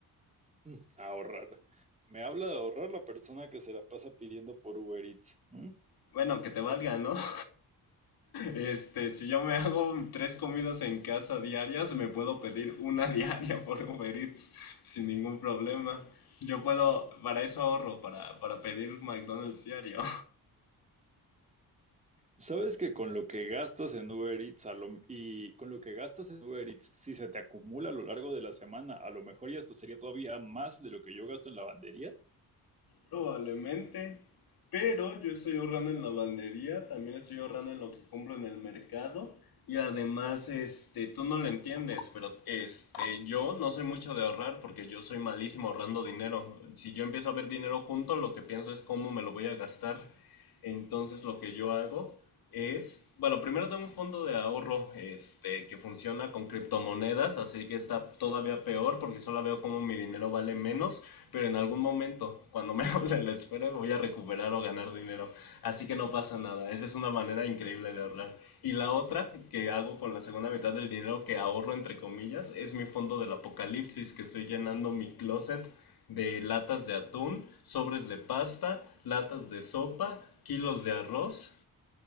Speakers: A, on the right; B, on the left.
A: Mm, Ahorrar. Me habla de ahorrar la persona que se la pasa pidiendo por Uber Eats. ¿m?
B: Bueno, que te valga, ¿no? <laughs> Este, si yo me hago tres comidas en casa diarias, me puedo pedir una <laughs> diaria por Uber Eats sin ningún problema. Yo puedo, para eso ahorro, para, para pedir McDonald's diario.
A: ¿Sabes que con lo que gastas en Uber Eats a lo- y con lo que gastas en Uber Eats, si se te acumula a lo largo de la semana, a lo mejor ya hasta sería todavía más de lo que yo gasto en lavandería?
B: Probablemente, pero yo estoy ahorrando en lavandería, también estoy ahorrando en lo que compro en el mercado y además, este, tú no lo entiendes, pero este, yo no soy mucho de ahorrar porque yo soy malísimo ahorrando dinero. Si yo empiezo a ver dinero junto, lo que pienso es cómo me lo voy a gastar. Entonces, lo que yo hago es, bueno, primero tengo un fondo de ahorro, este, que funciona con criptomonedas, así que está todavía peor porque solo veo cómo mi dinero vale menos. Pero en algún momento, cuando me <laughs> hable la esfera, voy a recuperar o ganar dinero. Así que no pasa nada. Esa es una manera increíble de ahorrar. Y la otra que hago con la segunda mitad del dinero que ahorro, entre comillas, es mi fondo del apocalipsis, que estoy llenando mi closet de latas de atún, sobres de pasta, latas de sopa, kilos de arroz